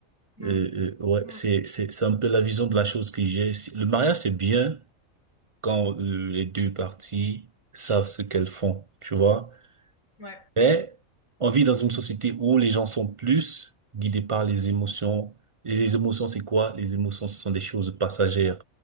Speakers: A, on the left; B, on the right.
A: Mm.
B: Euh, euh, ouais,
A: Mm.
B: c'est c'est c'est un peu la vision de la chose que j'ai. C'est- Le mariage, c'est bien quand euh, les deux parties savent ce qu'elles font, tu vois.
A: ouais,
B: Mais on vit dans une société où les gens sont plus guidés par les émotions. Et les émotions, c'est quoi? Les émotions, ce sont des choses passagères.